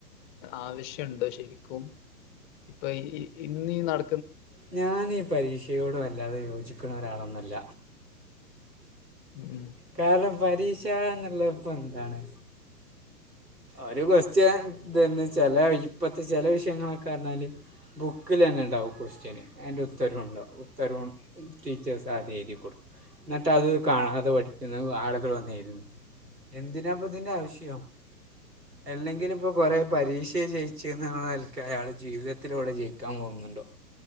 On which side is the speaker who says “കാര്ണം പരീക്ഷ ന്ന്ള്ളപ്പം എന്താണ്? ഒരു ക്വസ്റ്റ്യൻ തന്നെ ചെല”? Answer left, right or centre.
Right